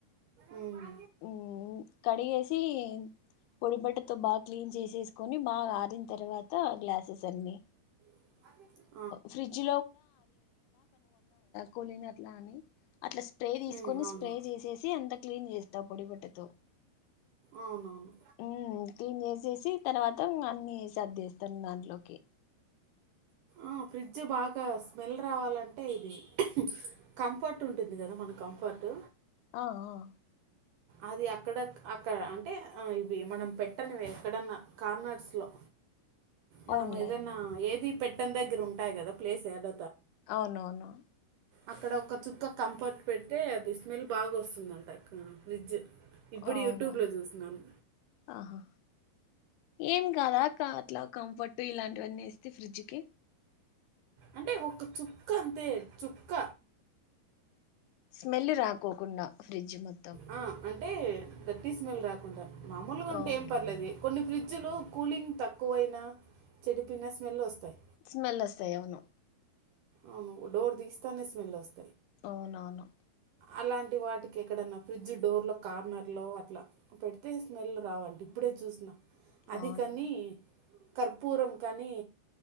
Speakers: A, on the right (about 70°); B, on the left (about 85°).
A: ఉమ్,
B: ఉం కడిగేసి పొడి బట్టతో బాగా క్లీన్ చేసేసుకొని బాగా ఆరిన తర్వా త గ్లాసెస్ అన్ని
A: <inaudible>
B: ఫ్రిడ్జ్ కోలీన అట్లా అని అట్లా స్ప్రే తీసుకొని
A: ఉమ్, అవును
B: స్ప్రే చేసేసి అంత క్లీన్ చేస్తా పొడి బట్టతో
A: అవునవును
B: ఉమ్ క్లీన్ చేసేసి తర్వాత ఇంగ అన్ని సర్దఎచేస్తాను దాంట్లోకి
A: అ ఫ్రిడ్జ్ బాగా స్మెల్ రావాలంటే ఇది కంఫర్ట్ ఉంటుంది కదా మన కంఫర్ట్
B: ఆ అ
A: అది అక్కడ అక్కడ అంటే ఇవి మనం పెట్టని ఎక్కడన్నా కార్నర్స్లో మనం
B: అవునులే
A: ఏదన్నా ఏది పెట్టనిదగ్గర ఉంటాయి గదా ప్లేస్ ఏడ
B: అవునవును
A: అక్కడ ఒక చుక్క కంఫర్ట్ పెడ్తే అది స్మెల్ బాగా వస్తుందంట అక్క ఫ్రిడ్జ్ ఇప్పుడు
B: అవునా
A: యూట్యూబ్లో చూస్తున్నాను.
B: ఆహా ఏం కాదా అక్క అట్లా కంఫర్ట్ ఇలాంటివన్నీ ఏస్తే ఫ్రిడ్జ్కి
A: అంటే ఒక చుక్క అంతే చుక్క
B: స్మెల్ రాకోకుండా ఫ్రిడ్జ్ మధ్
A: ఆ అం అంటే డర్టీ స్మెల్ రాకుండా మామూల్గా ఉంటే
B: ఓకే
A: ఏం పర్లేదు కొన్ని ప్రీ జులు కూలింగ్ తక్కువైనా చెడిపోన స్మెల్ వస్తాయి.
B: స్మెల్ వస్తాయి అవును
A: అవును డోర్ తీస్తానే స్మెల్ వస్
B: అవునవును.
A: అలాంటి వాటికి ఎక్కడన్నా ఫ్రిడ్జ్ డోర్లో కార్నర్లో అట్లా పెడితే స్మెల్ రావండి ఇప్పుడే చూసిన అది
B: అవునులే
A: కని కర్పూరం కానీ